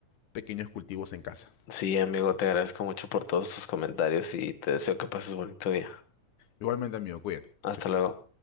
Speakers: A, on the left; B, on the left.
A: pequeños cultivos en casa.
B: Sí, amigo, te agradezco mucho por todos tus comentarios y te deseo que pases bonito día.
A: Igualmente amigo, cuídate.
B: Hasta
A: Chao, chao.
B: luego.